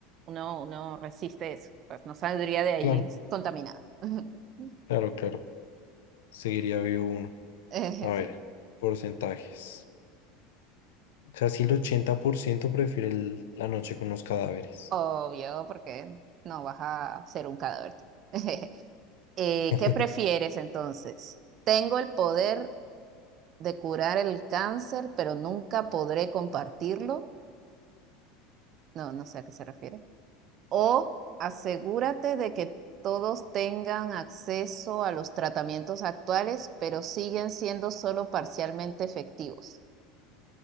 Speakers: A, on the right; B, on the left.
A: uno, uno resiste eso, pues no saldría de ahí
B: Claro,
A: contaminada. <laughs>
B: claro, claro. Seguiría vivo uno.
A: Eh,
B: A ver,
A: sí,
B: porcentajes. Casi el 80% prefiere el- la noche con los cadáveres.
A: obvio, porque no vas a ser un cadáver. tú. <laughs> Eh,
B: <laughs>
A: ¿qué prefieres entonces? ¿Tengo el poder de curar el cáncer, pero nunca podré compartirlo? No, no sé a qué se refiere. O asegúrate de que todos tengan acceso a los tratamientos actuales, pero siguen siendo solo parcialmente efectivos.